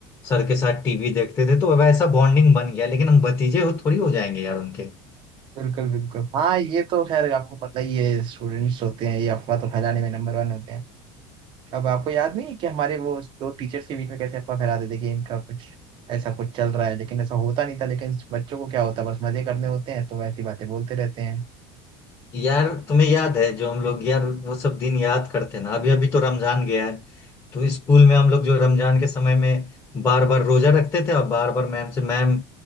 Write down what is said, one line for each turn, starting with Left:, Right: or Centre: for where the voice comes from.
Left: सर के साथ टीवी देखते थे तो अब ऐसा बॉन्डिंग बन गया लेकिन हम भतीजे हो थोड़ी हो जाएंगे यार उनके
Right: बिल्कुल बिल्कुल हाँ ये तो खैर आपको पता ही है स्टूडेंट्स होते हैं ये अफवाह तो फैलाने में नंबर वन होते हैं अब आपको याद नहीं है कि हमारे वो दो टीचर्स के बीच में कैसे अफवाह फैला देते कि इनका कुछ ऐसा कुछ चल रहा है लेकिन ऐसा होता नहीं था लेकिन बच्चों को क्या होता है, बस मजे करने होते हैं तो ऐसी बातें बोलते रहते हैं
Left: यार तुम्हें याद है जो हम लोग यार वो सब दिन याद करते हैं ना अभी अभी तो रमजान गया है तो स्कूल में हम लोग जो रमजान के समय में बार बार रोजा रखते थे और बार बार मैम से ma'am